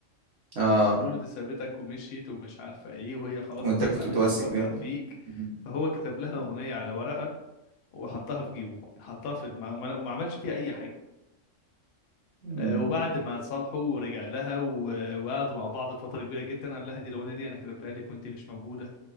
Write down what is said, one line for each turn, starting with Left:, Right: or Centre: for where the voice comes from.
Right: اه
Left: بيقولوا له دي سابتك ومشيت ومش عارفه ايه وهي خلاص
Right: وانت
Left: اساسا
Right: كنت
Left: مش
Right: متمسك
Left: بتفكر
Right: بيها
Left: فيك
Right: مم.
Left: فهو كتب لها اغنيه على ورقه وحطها في جيبه حطها في الم... وما وما عملش فيها اي حاجه
Right: مم.
Left: آه، وبعد ما اتصالحوا رجع لها و- وقعدوا مع بعض فترة كبيرة جدا قال لها دي الأغنية دي أنا كتبتها لك وأنت مش موجودة